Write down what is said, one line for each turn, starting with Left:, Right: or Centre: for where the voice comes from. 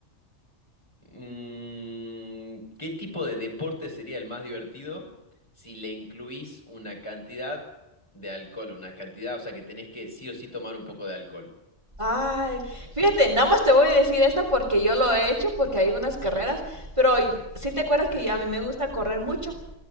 Left: mm, ¿qué tipo de deporte sería el más divertido si le incluís una cantidad de alcohol? Una cantidad, o sea que tenés que sí o sí tomar un poco de alcohol.
Right: Ay, fíjate, nada más te voy a decir esto porque yo lo he hecho, porque hay unas carreras, pero y- sí te acuerdas que a mí me gusta correr mucho.